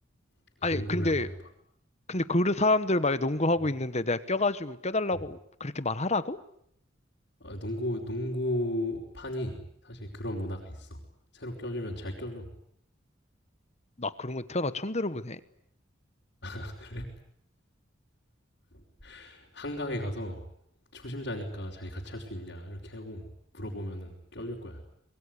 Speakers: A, on the left; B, on the left.
A: 그래서
B: 아니,
A: 농구를
B: 근데,
A: 한번 해봐.
B: 근데 그 사람들 만에 농구하고
A: 응,
B: 있는데 내가 껴가지고 껴달라고
A: 응.
B: 그렇게 말하라고?
A: 아, 농구 농구판이 사실 그런 문화가 있어. 새로 껴주면 잘 껴줘.
B: 나 그런 거 태어나 처음 들어보네.
A: 그래? <laughs> 한강에 가서 초심자니까 자기 같이 할 수 있냐 이렇게 하고 물어보면은 껴줄 거야.